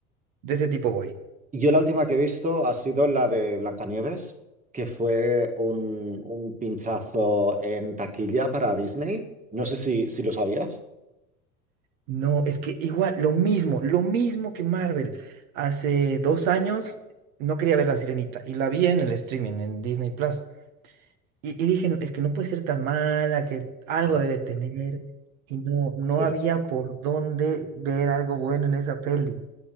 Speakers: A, on the right; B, on the right.
A: de ese tipo voy.
B: Yo la última que he visto ha sido la de Blancanieves, que fue un, un pinchazo en taquilla para Disney. No sé si, si lo sabías.
A: No, es que igual, lo mismo, lo mismo que Marvel. Hace dos años no quería ver La Sirenita y la vi en el streaming, en Disney Plus. Y, y dije, "No, es que no puede ser tan mala, que algo
B: Ah,
A: debe tener. Y no, no
B: sí.
A: había por dónde ver algo bueno en esa peli.